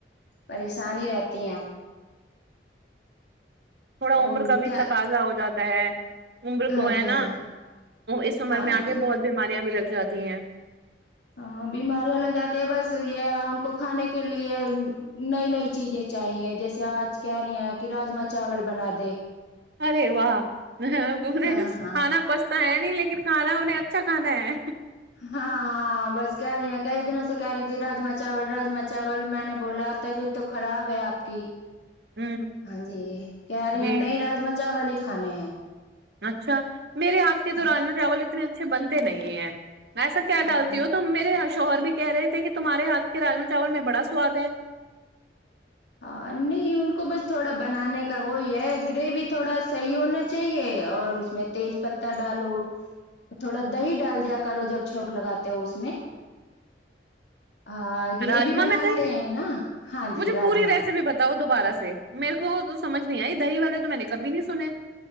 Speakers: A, on the left; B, on the right.
A: پریشانی ہی رہتی ہیں
B: تھوڑا
A: اور
B: عمر کبھی
A: کیا
B: تک تازہ ہو جاتا <inaudible> عمر
A: ہاں
B: کو ہے
A: جی ہاں
B: نا
A: جی
B: اس عمر
A: ہاں
B: میں آ
A: جی
B: کے بہت بیماریاں بھی لگ جاتی ہیں
A: ہاں بیماریاں لگ جاتی ہیں بس یہ ان کو کھانے کے لیے نئی نئی چیزیں چاہیے جیسے آج کہہ رہی ہیں کہ راجما چاول بنا دے
B: ارے واہ گنے
A: ہاں ہاں
B: کھانا پچتا ہے نہیں لیکن کھانا انہیں اچھا کھانا ہے
A: ہاں ہاں بس کہہ رہی ہیں کئی دنوں سے کہہ رہی تھی راما چاول راما چاول میں نے بولا طبیعت تو خراب ہے آپ کی
B: ہ
A: ہاں جی کہہ رہی
B: جی
A: ہیں نہیں راجم چاول ہی کھانے ہیں
B: اچھا میرے ہاتھ
A: ہاں
B: تو راما
A: جی
B: چاول اتنے اچھے بنتے تو نہیں ہے میںسا کیا
A: ہاں
B: ڈالتی ہوں تم میرے شوہر بھی کہہ رہے تھے کہ تمہارے ہاتھ کے راجما چاول میں بڑا سواد ہے
A: ہاں نہیں ان کو بس تھوڑا بنانے کا وہی ہے گریوی تھوڑا صحیح ہونا چاہیے اور اس میں تیز پتہ ڈالو تھوڑا دہی ڈال دیا کرو جب چونک لگاتے ہو اس میں ا گریوی
B: راجما
A: بناتے
B: میں دہی
A: ہیں نا ہاں جی
B: مجھے
A: رج
B: پوری ریسیپی بتاؤ دوبارہ سے سے میرے کو سمج نہیں آئی دہی والے تو میں نے کبھی نہیں سنے